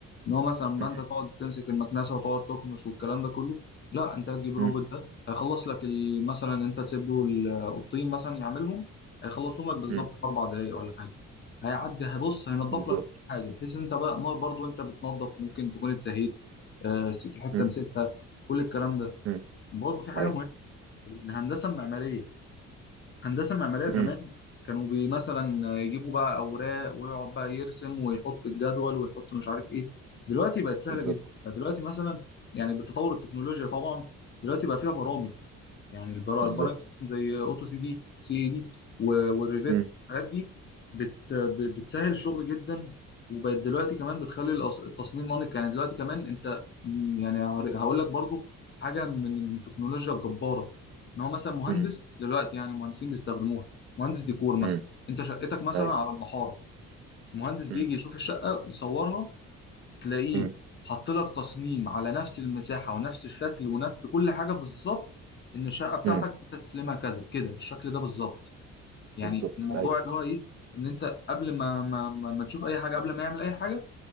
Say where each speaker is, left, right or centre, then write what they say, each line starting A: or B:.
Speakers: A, on the left; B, on the right.
A: ان هو مثلا
B: مم.
A: بقى انت تقعد تمسك المكنسه وتقعد تكنس والكلام ده كله لا انت هتجيب الروبوت
B: مم.
A: ده هيخلص لك ال- مثلا انت تسيب له ال- الطين مثلا يعملهم هيخلصهم لك بالظبط
B: مم.
A: في اربع دقائق ولا حاجه هيعدي هيبص هينضف
B: بالظبط
A: لك حاجه بحيث ان انت بقى ما- برضو انت بتنضف ممكن تكون اتسهيت آه، في حته
B: مم.
A: نسيتها كل الكلام ده
B: مم.
A: برضو في حاجه
B: ايوه
A: مهمه الهندسه المعماريه هندسة معمارية زمان
B: مم.
A: كانوا بي مثلا يجيبوا بقى أوراق ويقعد بقى يرسم ويحط الجدول ويحط مش عارف إيه دلوقتي بقت سهلة
B: بالظبط
A: جدا دلوقتي مثلا يعني بتطور التكنولوجيا طبعا دلوقتي بقى فيها برامج
B: مم.
A: يعني البرا-
B: بالظبط
A: البرامج زي أوتو سي دي سي إي دي و- والريفيت
B: مم.
A: الحاجات دي بت ب- بتسهل الشغل جدا وبقت دلوقتي كمان بتخلي الأص- التصميم انيق يعني دلوقتي كمان أنت م، يعني هقول لك برضو حاجة من التكنولوجيا الجبارة ان هو مثلا مهندس
B: مم.
A: دلوقتي يعني المهندسين بيستخدموها مهندس ديكور مثلا
B: مم.
A: انت شقتك مثلا
B: ايوه
A: على المحاره المهندس بيجي
B: مم.
A: يشوف الشقه يصورها تلاقيه
B: مم.
A: حط لك تصميم على نفس المساحه ونفس الشكل ونفس كل حاجه بالظبط ان الشقه بتاعتك
B: مم.
A: انت تسلمها كذا كده بالشكل ده بالظبط يعني
B: بالظبط
A: الموضوع
B: ايوه
A: اللي هو ايه ان انت قبل ما ما ما ما تشوف اي حاجه قبل ما يعمل اي حاجه